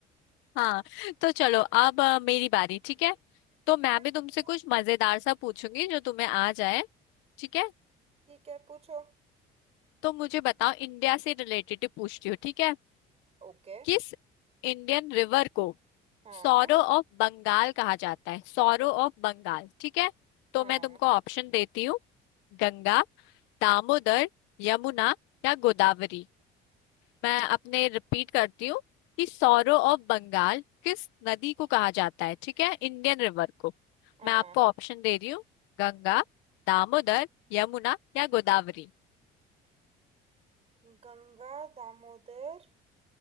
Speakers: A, on the left; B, on the right.
A: हाँ तो चलो अब अ, मेरी बारी ठीक है तो
B: ठीक
A: मैं
B: है
A: भी तुमसे
B: पूछो
A: कुछ मजेदार सा पूछूंगी जो तुम्हें आ जाए ठीक है
B: ठीक है पूछो
A: तो मुझे बताओ इंडिया से रिलेटेड ही पूछती हूँ ठीक है
B: ओके
A: किस इंडियन रिवर को
B: हाँ
A: सौरो ऑफ बंगाल कहा जाता है सौरो ऑफ बंगाल ठीक है तो
B: हाँ
A: मैं तुमको ऑप्शन देती हूँ गंगा दामोदर यमुना या गोदावरी मैं अपने रिपीट करती हूँ कि सौरो ऑफ बंगाल किस नदी को कहा जाता है ठीक है इंडियन रिवर को
B: हाँ
A: मैं आपको ऑप्शन दे रही हूँ गंगा दामोदर यमुना या गोदावरी
B: गंगा दामोदर